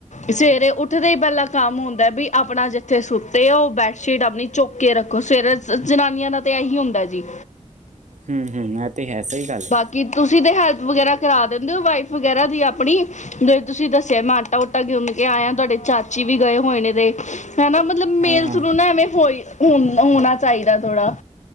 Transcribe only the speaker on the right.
ਹੂੰ ਹੂੰ, ਏ ਤੇ ਹੈ ਸਹੀ ਗੱਲ ਐ।
ਹਾਂ
ਹਾਂ